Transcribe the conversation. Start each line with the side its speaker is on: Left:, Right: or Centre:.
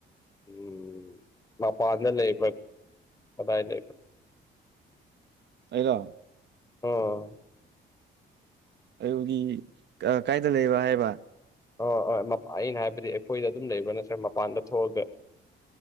Left: ꯎꯝ ꯃꯄꯥꯟꯗ ꯂꯩꯕ꯭ꯔꯥ ꯀꯗꯥꯏ ꯂꯩꯕ꯭ꯔ꯫
Right: ꯑꯩꯔꯣ꯫
Left: ꯑꯣꯝ꯫
Right: ꯑꯩꯒꯤ ꯀꯥꯏꯗ ꯂꯩꯕ ꯍꯥꯏꯕ꯫
Left: ꯑꯣ ꯑꯩꯅ ꯍꯥꯏꯕꯗꯤ ꯑꯩꯈꯣꯏꯗ ꯑꯗꯨꯝ ꯂꯩꯕ꯭ꯔꯥ ꯅꯠꯇ꯭ꯔ ꯃꯄꯥꯟꯗ ꯊꯣꯛꯑꯒ꯫